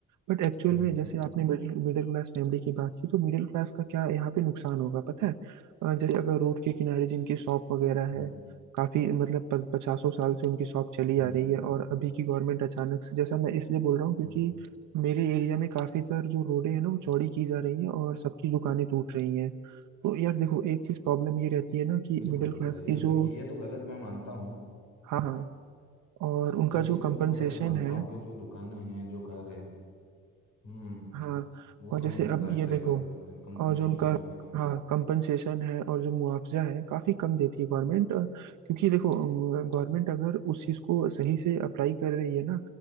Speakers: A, on the right (about 80°); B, on the left (about 85°).
A: बट एक्चुअल
B: हम्म
A: में
B: हम्म
A: जैसे आपने मिडिल मिडिल क्लास फैमिली की बात की तो मिडिल क्लास का क्या यहाँ पे नुकसान होगा पता है अ, जैसे अगर रोड के किनारे जिनकी शॉप वगैरह
B: हम्म
A: है
B: हम्म,
A: काफी मतलब प- पचासों साल से उनकी शॉप चली
B: हम्म।
A: आ रही
B: हम्म,
A: है और अभी की गवर्नमेंट अचानक से जैसा मैं इसलिए बोल रहा हूँ क्योंकि
B: हम्म, हम्म।
A: मेरे एरिया में काफी तर जो रोडें हैं ना वो चौड़ी की जा रही है और सबकी दुकानें टूट रही हैं तो यार देखो एक चीज प्रॉब्लम ये रहती है ना कि
B: बिल्कुल
A: मिडिल क्लास
B: ये
A: की जो
B: देखिए ये तो गलत मैं मानता हूँ
A: हाँ हाँ और
B: ये
A: उनका
B: ये चीज़
A: जो कंपनसेशन
B: को तो मैं गलत मानता
A: है
B: हूँ कि जो दुकानें हैं जो घर हैं हम्म
A: हाँ
B: वो
A: और
B: कम
A: जैसे
B: मिलता
A: अब
B: है
A: ये
B: सही
A: देखो
B: बात है तुम्हारी कंपनसेशन
A: और जो उनका
B: काफी कम
A: हाँ
B: है
A: कंपनसेशन है और जो मुआवजा है काफी कम देती है गवर्नमेंट क्योंकि देखो गवर्नमेंट अगर उस चीज को सही से अप्लाई कर रही है ना